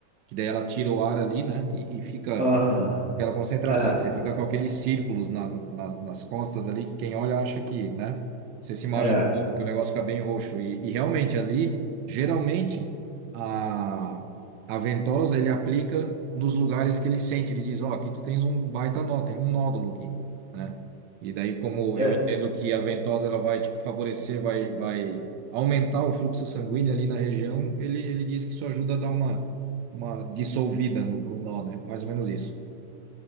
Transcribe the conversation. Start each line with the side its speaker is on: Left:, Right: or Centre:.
Right: que daí ela tira o ar ali, né? E, e fica
Centre: Aham.
Right: Aquela concentração,
Centre: É,
Right: você fica com aqueles círculos na, na- nas costas ali, que quem olha acha que, né? Você se machucou,
Centre: é.
Right: porque o negócio fica bem roxo. E, e realmente ali, geralmente, a, a ventosa ele aplica nos lugares que ele sente. Ele diz: Ó, aqui tu tens um baita nó, tem um nódulo aqui, né? E daí, como eu
Centre: é.
Right: entendo que a ventosa ela vai tipo, favorecer, vai, vai aumentar o fluxo sanguíneo ali na região, ele, ele diz que isso ajuda a dar uma, uma dissolvida no, no nó, né? Mais ou menos isso.